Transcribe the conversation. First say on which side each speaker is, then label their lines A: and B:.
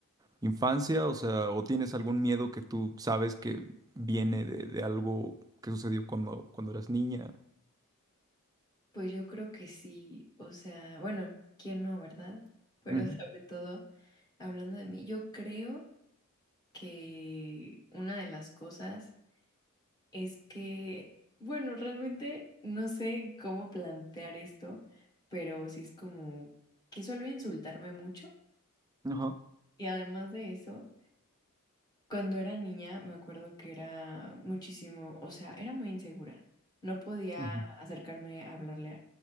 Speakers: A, on the right; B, on the left.
A: infancia, o sea, o tienes algún miedo que tú sabes que viene de, de algo que sucedió cuando cuando eras niña?
B: pues yo creo que sí, o sea, bueno, ¿quién no, verdad? Pero
A: Ujú,
B: sobre todo, hablando de mí, yo creo que una de las cosas es que, bueno, realmente no sé cómo plantear esto, pero sí es como que suelo insultarme mucho
A: Ajá.
B: y además de eso, cuando era niña me acuerdo que era muchísimo, o sea, era muy insegura, no podía
A: ujú,
B: acercarme a hablarle